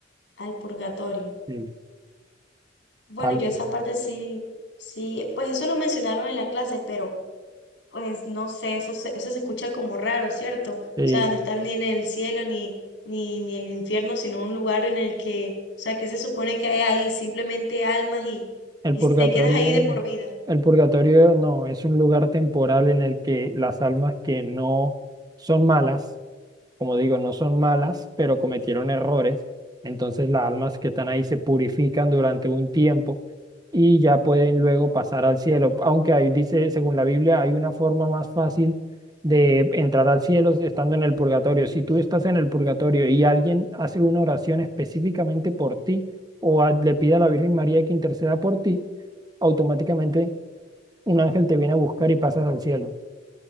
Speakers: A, on the left; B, on the right.
A: al purgatorio.
B: Sí,
A: Bueno,
B: tal
A: yo
B: vez.
A: esa parte sí, sí, pues eso lo mencionaron en la clase, pero Pues no sé, eso se, eso se escucha como raro, ¿cierto? O
B: Sí.
A: sea, no estar ni en el cielo ni, ni, ni el infierno, sino un lugar en el que, o sea, que se supone que hay ahí simplemente almas y,
B: El
A: y
B: purgatorio,
A: te quedas ahí de por vida.
B: el purgatorio no, es un lugar temporal en el que las almas que no son malas, como digo, no son malas, pero cometieron errores, entonces las almas que están ahí se purifican durante un tiempo y ya pueden luego pasar al cielo. Aunque ahí dice, según la Biblia, hay una forma más fácil de entrar al cielo estando en el purgatorio. Si tú estás en el purgatorio y alguien hace una oración específicamente por ti o a- le pide a la Virgen María que interceda por ti, automáticamente un ángel te viene a buscar y pasas al cielo.